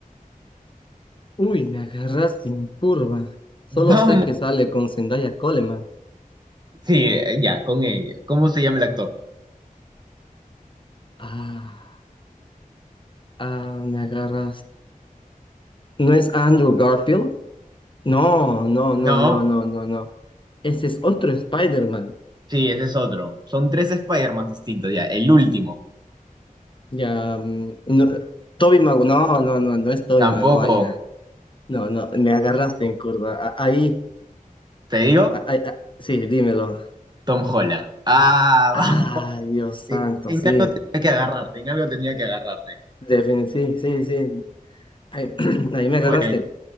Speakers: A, on the left; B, on the right.
A: Uy, me agarras sin curva. Solo
B: <laughs>
A: sé que
B: Vamos,
A: sale con Zendaya Coleman.
B: sí, eh, ya, con ella. ¿Cómo se llama el actor?
A: Ah, ah, me agarraste. ¿No es Andrew Garfield? No, no,
B: No,
A: no, no, no, no, no. Ese es otro Spider-Man.
B: sí, ese es otro. Son tres Spider-Man distintos, ya. El último,
A: Ya, mm, no, Tobey Magu- no, no, no, no es Tobey
B: tampoco.
A: Maguire. No, no, me agarraste en curva. A- Ahí,
B: Te digo,
A: a- ahí, a- sí, dímelo.
B: Tom Holland. Ah,
A: Ay,
B: <laughs> vamos.
A: Dios santo,
B: Eh, En,
A: sí,
B: algo que agarrarte, en algo tenía que agarrarte.
A: defin- sí, sí, sí. Ahí, <clears throat> ahí me
B: Qué
A: agarraste.
B: bueno,